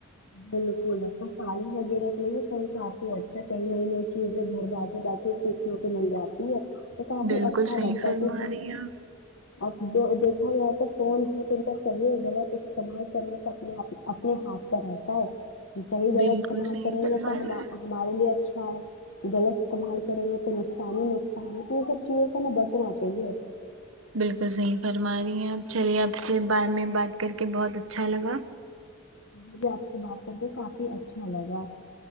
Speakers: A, on the left; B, on the right.
A: بالکل اب تو تعلیم وغیرہ کے لیے فون کافی اچھا کئی نئی نئی چیزیں گھر بیٹھے بیٹھے مل جاتی ہے تو کافی
B: بالکل
A: اچھا
B: صحیح
A: لگتا
B: فرما
A: ہے کے
B: رہی
A: <unintelligible>
B: ہیں آپ
A: اب دیکھا جائے تو فون ہے تو ان کا سریے غلط استعمال کرنا تھا اپنے اپنے ہاتھ رہتا ہے صحیح جگہ
B: بالکل
A: استعمال
B: صحیح
A: کرینگے
B: فرما
A: تو
B: رہی
A: ہمارے
B: ہیں
A: لیے اچھا ہے غلط استعمال کریں گے تو نقصان ہی نقصان تو یہ سب چیزوں سے ہمیں بچنا چاہیے
B: بالکل صحیح فرما رہی ہیں آپ چلیے آپ سے بارے میں بات کر کے بہت اچھا لگا
A: مجھے آپ سے بات کرکے کافی اچھا لگا